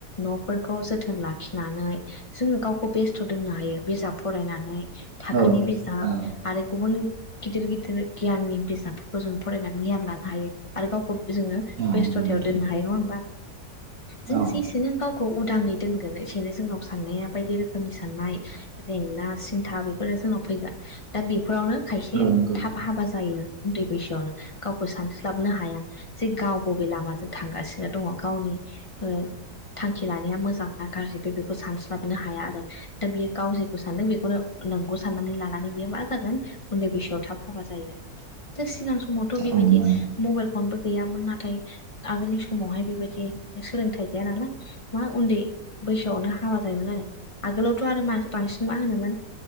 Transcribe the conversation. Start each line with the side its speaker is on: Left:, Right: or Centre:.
Left: न'फोरखौ जोथोन लाख खिनानै जोङो गावखौ बेस्थ' दोननो हायो बिजाब फरायनानै। थाखोनि
Right: औ
Left: बिजाब
Right: औ
Left: आरो गुबुन गिदिर गिदिर गियाननि बिजाबफोरखौ जों फरायनानै गियान लानो हायो आरो गावखौ जोङो बेस्
Right: नंगौ
Left: सथायाव
Right: नोंथां
Left: दोननो हायो नङा होनोमबा जों
Right: औ
Left: जेसेनो गावखौ उदाङै दोनगोन एसेनो जोंनाव साननाया बायदि रोखोमनि साननाय जेंना सिन्था बेफोरो जोंनाव फैगोन। दा बेफोरावनो खायसे
Right: औ नंगौ
Left: थाब हाबा जायो आरो उन्दै बैसोआवनो गावखौ सानस्लाबनो हाया। जे गाव बबे लामाजों थांगासिनो दङ। गावनि ओ थांखि लानाया मोजां ना गाज्रि बे बे सानस्लाबनो हाया आरो। दा बेयो गाव जेखौ सानदों बेखौनो नोंगौ साननानै लानानै बेयो मा जागोन उन्दै बैसोआव थाब हाबा जायो आरो। दा सिगां समावथ' बेबायदि
Right: औ नंगौ
Left: मबाइल फनबो गैयामोन। नाथाय आगोलनि समावहाय बेबायदि सोलोंथाइ गैया नालाय मा उन्दै बैसोआवनो हाबा जायोमोन आरो आगोलावथ' आरो मा बांसिन मा होनोमोन